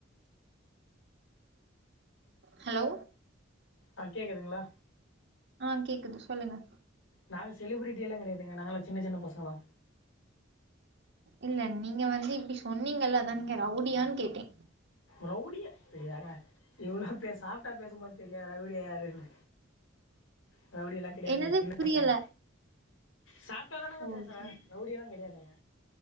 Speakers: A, on the right (about 60°); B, on the left (about 85°).
A: ஹலோ
B: ஆ கேக்குதுங்களா
A: ஆ கேக்குது சொல்லுங்க
B: நாங்க செலிபிரிட்டி எல்லா கெடையாதுங்க நாங்கல்லா சின்ன சின்ன பசங்க தா
A: இல்ல நீங்க வந்து இப்டி சொன்னீங்கல்ல அதா நீங்க ரவுடியான்னு கேட்டே
B: ரவுடியா ஏங்க இவ்ளோ பேர் சாப்ட்டா பேசும்போது தெரியா ரவுடி யாருன்னு ரவுடி எல்லா கெடையாதுங்க
A: என்னது
B: சின்ன
A: புரியல
B: பைய சாப் ட்டா தானேங்க
A: ஓ
B: பேசுறே
A: சரி.
B: ரவுடி எல்லா கெடையாதுங்க